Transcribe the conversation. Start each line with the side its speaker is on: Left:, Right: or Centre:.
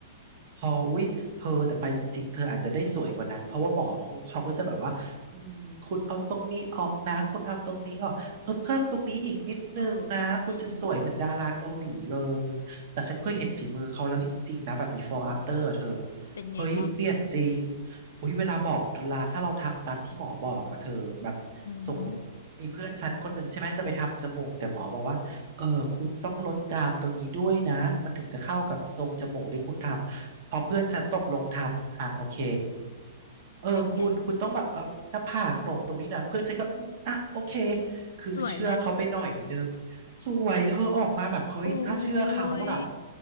Right: พออุ๊ยเธอแต่ไปจริงๆเธออาจจะได้สวยกว่านั้นเพราะว่าหมอเขาเขาก็จะแบบว่าอืมคุณเอาตรงนี้ออกนะคุณเอาตรงนี้ออกเออเพิ่มตรงนี้อีกนิดนึงนะคุณจะสวยเหมือนดาราเกาหลีเลยแต่ฉันเคยเห็นฝีมือเขาแล้วจริงๆนะแบบ
Left: เออ ก็จริง
Right: before after อะเธอ
Left: เป็นไงบ้าง
Right: เฮ้ยเปลี่ยนจริงอุ๊ยเวลาบอกเวลาถ้าเราทำตามที่หมอบอกอะเธอแบบ
Left: อือหือ
Right: สมมุติมีเพื่อนฉันคนหนึ่งใช่ไหมจะไปทำจมูกแต่หมอบอกว่า เออคุณต้องลดกรามตรงนี้ด้วยนะมันถึงจะเข้ากับทรงจมูกที่คุณทำพอเพื่อนฉันตกลงทำอ่ะโอเคเออคุณคุณต้องแบบเอาหน้าผากโหนกตรงนี้นะเพื่อนฉันก็อืมอ่ะโอเค
Left: เป็นไง
Right: คือเชื่อเขาไปหน่อยนึง
Left: สวยไหม
Right: สวยเธอออกมาแบบเฮ้ยถ้าเชื่อเขาอะ
Left: โอ้ย